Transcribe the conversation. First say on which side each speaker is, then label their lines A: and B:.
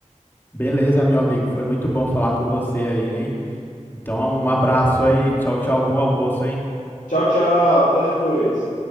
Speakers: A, on the left; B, on the left.
A: Beleza, meu amigo, foi muito bom falar com você aí, hein? Então, um abraço aí. Tchau, tchau. Bom almoço, hein?
B: Tchau, tchau, até depois.